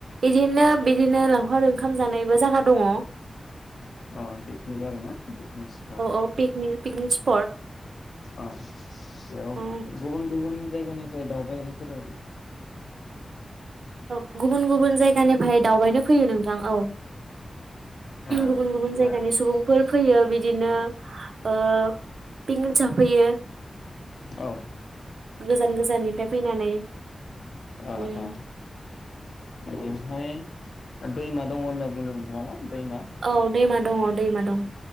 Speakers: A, on the right; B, on the left.
A: इदिनो बिदिनो लावखार ओंखाम जानायबो जायगा दङ
B: अ पिकनिक आरो ना पिकनिक स्पट
A: औ पिकनिक पिकनिक स्पट
B: औ बेयाव
A: औ
B: गुबुन गुबुन जायगानिफ्राय दावबायनायारिफोरा
A: औ गुबुन गुबुन जायगानि <unintelligible> दावबायनो फैयो नोंथां औ
B: अ
A: गुबुन गुबुन जायगानि
B: अ
A: सुबुंफोर फैयो बिदिनो ओ पिकनिक जाफैयो
B: औ
A: गोजान गोजाननिफ्राय फैनानै
B: ओ
A: उम
B: ओ बेवहाय दैमा दङ होनना बुंदों दङो ना दैमा
A: औ दैमा दङ दैमा दं